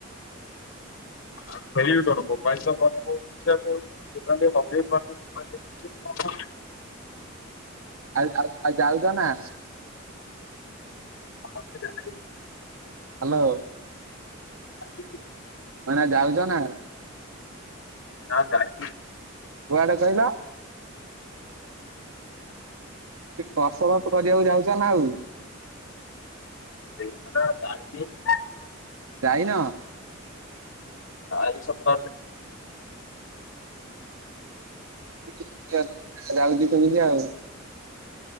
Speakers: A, on the right (about 85°); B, on the left (about 70°).
A: <inaudible>
B: <unintelligible> <unintelligible>
A: ଆ ଆଉ ଆଉ ଯାଉଛ ନା?
B: ହଁ <unintelligible>
A: ହାଲୋ।
B: <unintelligible>
A: ମାନେ ଯାଉଛ ନା?
B: ନା ଯାଇନି।
A: କୁଆଡେ କହିଲ? କି କସରତ କରିବାକୁ ଯାଉଛ ନା ଆଉ?
B: <unintelligible>
A: ଯାଇନ?
B: ଚାରି ସପ୍ତାହ <unintelligible>
A: <unintelligible> ଯାଉଛି ସେମିତି ଆଉ।